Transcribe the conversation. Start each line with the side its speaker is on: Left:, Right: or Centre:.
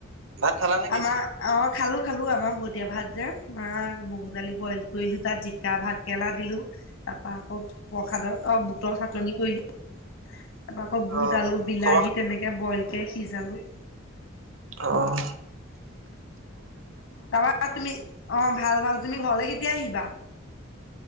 Right: ভাত খালা নেকি
Left: আমাৰ অ খালো খালো আ আমাৰ বতীয়া ভাত যে মগু দালি বইল কৰিলো তাত জিকা ভাত কেৰেলা দিলো তাৰপা অ প্ৰসাদৰ অ বুটৰ চাটনি কৰিলো। তাৰপৰা আকৌ বুট
Right: অ
Left: আলু বিলাহী
Right: খবৰ
Left: তেনেকে বইলকে সিজালো।
Right: অহ
Left: তাপা তুমি অ ভাল ভাল তুমি ঘৰলে কেতিয়া আহিবা?